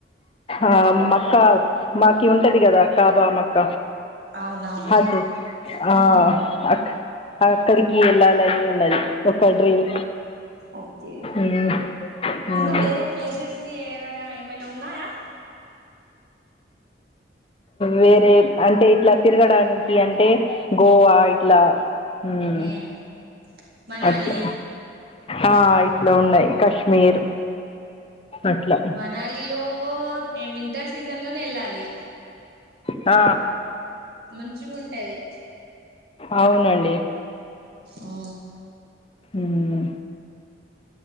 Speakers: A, on the left; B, on the right.
A: ఆ మక్క మాకి ఉంటది గదా కాబా మక్క
B: అవునవును
A: అది ఆ
B: ఉమ్
A: అక్ అక్కడికి ఎల్లాలని ఉన్నది ఒక డ్రీమ్
B: ఓకే
A: మ్మ్. మ్మ్.
B: ఇంకా వేరే ప్లేసెస్ కి ఏ ఏమైనా ఉన్నాయా
A: వేరే అంటే ఇట్లా తిరగడానికి అంటే గోవా ఇట్లా మ్మ్
B: ఉమ్ మనాలి
A: అట్లు ఆ ఇట్లో ఉన్నాయి కాశ్మీర్ అట్లా
B: మనాలిలో వింటర్ సీజన్ లోనే ఎళ్ళాలి
A: ఆ
B: మంచిగుంటది
A: అవునండి
B: ఉ
A: ఊ